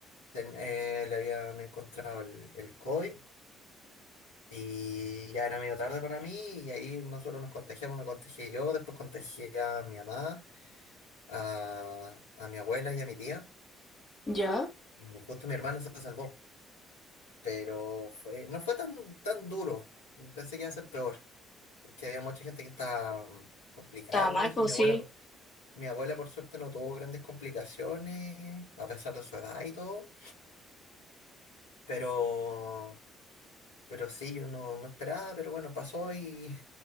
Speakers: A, on the left; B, on the left.
A: ten- eh, le habían encontrado el, el COVID. Y ya era medio tarde para mí y ahí nosotros nos contagiamos, me contagié yo, después contagié a mi mamá, a, a mi abuela y a mi tía.
B: Ya,
A: Y justo mi hermana se salvó. Pero fue, no fue tan, tan duro. Pensé que iba a ser peor, porque había mucha gente que estaba mm, complicada
B: estaba
A: con
B: mal,
A: eso.
B: pues
A: y Mi abuela,
B: sí.
A: por- mi abuela por suerte no tuvo grandes complicaciones, a pesar de su edad y todo. Pero, pero sí, yo no, no esperaba, pero bueno, pasó y,